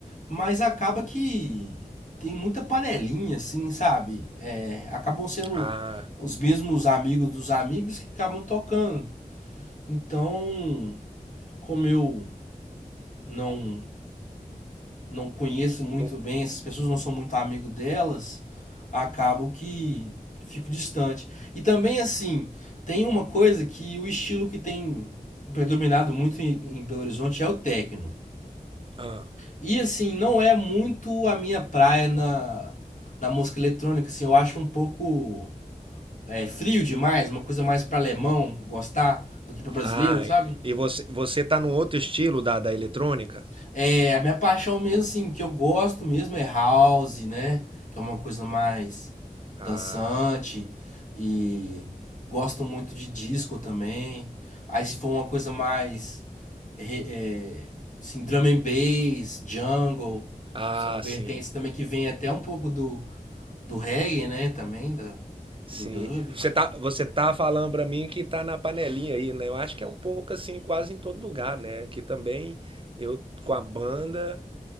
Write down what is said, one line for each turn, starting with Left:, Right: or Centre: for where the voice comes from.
Left: mas acaba que tem muita panelinha, assim, sabe? É, acabam sendo
Right: ah,
Left: os mesmos amigos dos amigos que acabam tocando. Então, como eu não não conheço muito
Right: não,
Left: bem, essas pessoas não sou muito amigo delas, acabo que fico distante. E também, assim, tem uma coisa que o estilo que tem predominado muito em, em Belo Horizonte é o techno.
Right: ah.
Left: E, assim, não é muito a minha praia na, na música eletrônica, assim, eu acho um pouco é, frio demais, uma coisa mais para alemão gostar do que para brasileiro,
Right: Ah,
Left: sabe?
Right: e você, você tá num outro estilo da, da eletrônica?
Left: É, a minha paixão mesmo, assim, que eu gosto mesmo é house, né? Que é uma coisa mais
Right: Ah,
Left: dançante. E gosto muito de disco também. Aí se for uma coisa mais, re- é, assim, drum and bass, jungle,
Right: ah,
Left: que são vertentes
Right: sim,
Left: também que vem até um pouco do, do reggae, né? Também, da,
Right: sim.
Left: do dub.
Right: Você tá, você tá falando pra mim que tá na panelinha aí, né? Eu acho que é um pouco assim, quase em todo lugar, né? Aqui também, eu com a banda,